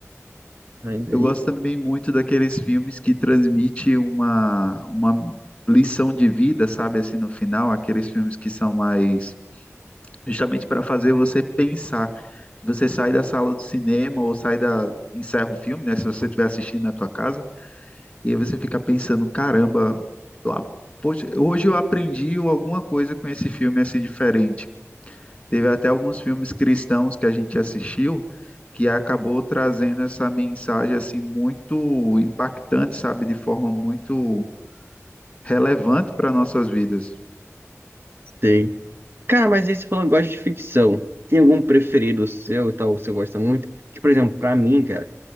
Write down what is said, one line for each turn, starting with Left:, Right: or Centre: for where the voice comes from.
Right: Mas aí.
Left: Eu gosto também muito daqueles filmes que transmitem uma, uma lição de vida, sabe, assim, no final, aqueles filmes que são mais justamente para fazer você pensar. que Você sai da sala do cinema ou sai da. encerra o filme, né? Se você estiver assistindo na tua casa, e aí você fica pensando, caramba, eu a- poxa, hoje eu aprendi alguma coisa com esse filme assim diferente. Teve até alguns filmes cristãos que a gente assistiu que acabou trazendo essa mensagem assim muito impactante, sabe, de forma muito relevante para nossas vidas.
Right: Sei. Cara, mas aí você falando que gosta de ficção. Tem algum preferido seu e tal, que você gosta muito? Que, por exemplo, pra mim, cara,